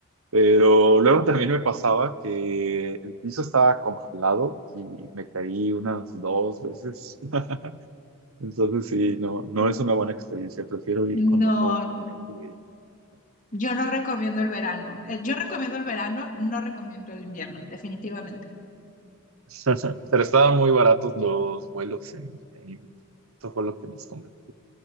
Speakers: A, on the right (about 80°); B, on the left (about 35°).
A: pero luego también me pasaba que el piso estaba congelado y me caí unas dos veces. <laughs> Entonces sí, no, no
B: Mm.
A: es una buena experiencia, prefiero ir
B: No,
A: cuando todo está seco y-
B: yo no recomiendo el verano. Eh, Yo recomiendo el verano, no recomiendo el invierno, definitivamente.
A: <laughs> Pero estaban muy baratos los vuelos en, en invierno. Eso fue lo que nos convenció.